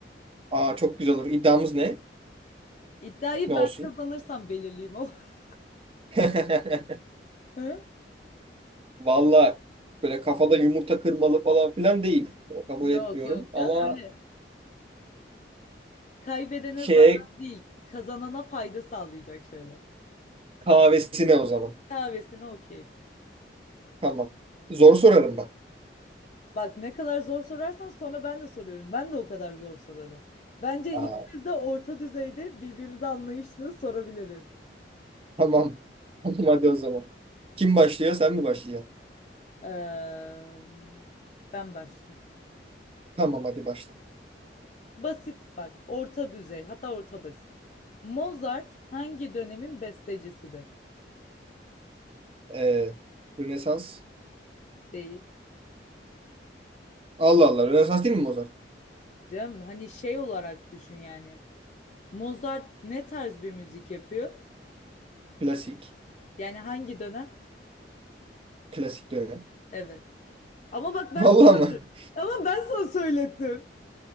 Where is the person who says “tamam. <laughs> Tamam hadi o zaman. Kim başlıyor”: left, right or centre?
Right